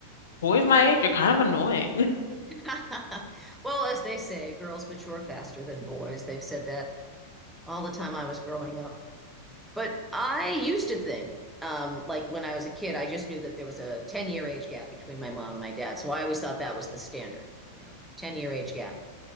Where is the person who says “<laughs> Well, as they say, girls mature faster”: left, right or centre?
Centre